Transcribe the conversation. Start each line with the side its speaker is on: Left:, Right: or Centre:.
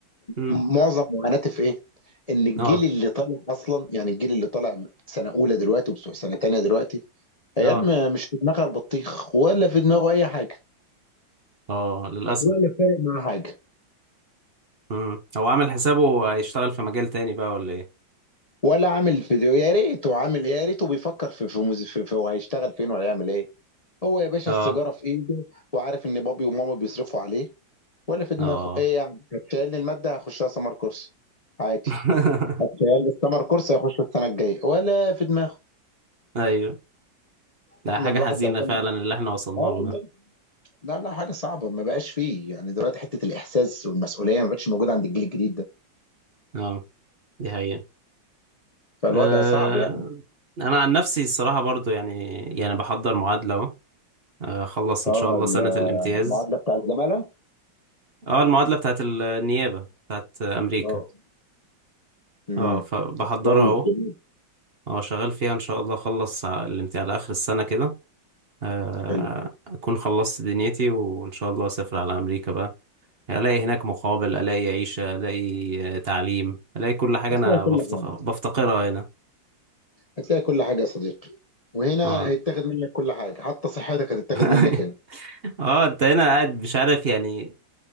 Right: مم.
Left: معظم معاناتي في ايه؟ ان الجيل
Right: اه
Left: اللي طالع اصلا يعني الجيل اللي طالع سنه اولى دلوقتي وبتوع سنه تانيه دلوقتي عيال
Right: اه
Left: ما- مش في دماغها البطيخ ولا في دماغه اي حاجه
Right: اه للأسف
Left: ولا فارق معاه حاجه
Right: مم. هو عامل حسابه هيشتغل في مجال تاني بقى ولا ايه
Left: ولا عامل فيديو يا ريته عامل ايه، يا ريته بيفكر في في, مز- في, في هو هيشتغل فين ولا يعمل ايه هو يا باشا
Right: اه
Left: السيجاره في ايده وعارف ان بابي وماما بيصرفوا عليه ولا في دماغه
Right: اه
Left: ايه يعني هتشيلني المادة هخشها سمر كورس عادي
Right: <laughs>
Left: هتشيلني السمر كورس هيخش السنة الجاية ولا في دماغه
Right: ايوه ده
Left: احنا
Right: حاجة
Left: الواحد
Right: حزينة
Left: لو كان
Right: فعلا اللي احنا وصلنا
Left: اه
Right: له
Left: والله
Right: ده
Left: لا لا حاجة صعبة ما بقاش فيه يعني دلوقتي حتة الإحساس والمسؤولية ما بقتش موجودة عند الجيل الجديد ده
Right: اه دي حقيقة
Left: فالوضع
Right: أه...
Left: صعب يعني
Right: انا عن نفسي الصراحة برضو يعني يعني بحضر معادلة اهو آه، اخلص ان
Left: اه
Right: شاء الله سنة الامتياز
Left: المعادلة بتاع الزمالة
Right: اه المعادلة بتاعت النيابة بتاعت امريكا
Left: اه امم
Right: اه فبحضرها
Left: كويس
Right: اهو
Left: جميل
Right: اه شغال فيها ان شاء الله اخلص على الامتحان على اخر السنة كده آه،
Left: حلو
Right: اكون خلصت دنيتي وان شاء الله اسافر على امريكا بقى الاقي هناك مقابل الاقي عيشة الاقي آه، تعليم الاقي كل حاجة
Left: هتلاقي
Right: انا
Left: كل
Right: بفتق-
Left: حاجة
Right: بفتقرها هنا
Left: هتلاقي كل حاجة يا صديقي وهنا
Right: اه
Left: هيتاخد منك كل حاجة حتى صحتك هتتاخد
Right: <laughs>
Left: منك هنا
Right: اه انت هنا قاعد مش عارف يعني